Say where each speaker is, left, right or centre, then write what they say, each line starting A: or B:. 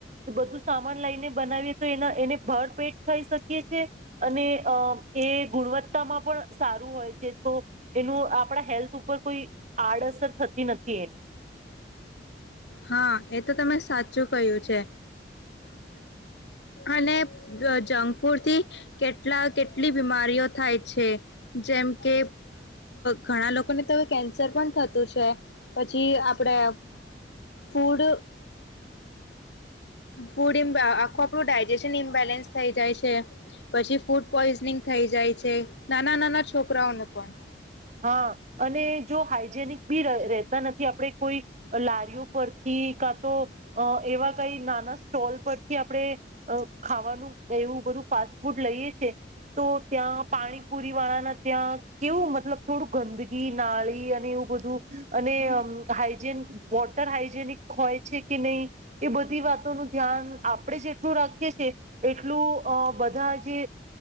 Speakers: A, on the right; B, on the left.
A: બધું સામાન લઈને બનાવીએ તો એના એને ભર પેટ ખાઈ શકીએ છે અને અ એ ગુણવત્તામાં સારું હોય છે તો એનું આપણા હેલ્થ ઉપર કોઈ આડઅસર થતી નથી એની.
B: હા એ તો તમે સાચું કહ્યું છે અને જંક ફૂડથી કેટલા કેટલી બીમારીઓ થાય છે. જેમ કે ઘણા લોકોને તો હવે કેન્સર પણ થતું છે. પછી આપણે ફૂડ ફૂડ આખું આપણું ડાયજેશન ઇમ્બેલેન્સ થઈ જાય છે. પછી ફૂડ પોઈઝનિંગ થઈ જાય છે. નાના નાના છોકરાઓનું પણ
A: હા અને જો હાઈજેનિક બી રહેતા નથી. આપણે કોઈ લારીઓ પરથી કા તો એવા કઈ નાના સ્ટોલ પરથી આપણે ખાવાનું એવું બધું ફાસ્ટ ફૂડ લઈએ છે. તો ત્યાં પાણીપુરી વાળાના ત્યાં કેવું મતલબ થોડું ગંદકીી નાળી અને એવું બધું અને અ હાઈજેન વોટર હાઈજેનિક હોય છે કે નહીં. એ બધી વાતોનું ધ્યાન આપણે જેટલું રાખીએ છે. એટલું અ બધા જે